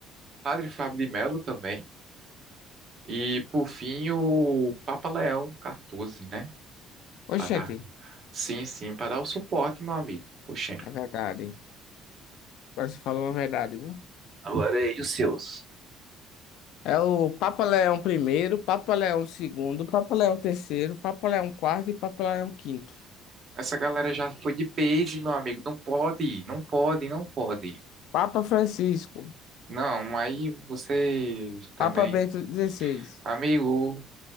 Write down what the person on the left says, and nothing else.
Oxente,
é verdade. Agora você falou uma verdade, viu?
É o Papa Leão primeiro, Papa Leão segundo, Papa Leão terceiro, Papa Leão quarto e Papa Leão quinto.
Papa Francisco,
Papa Bento XVI.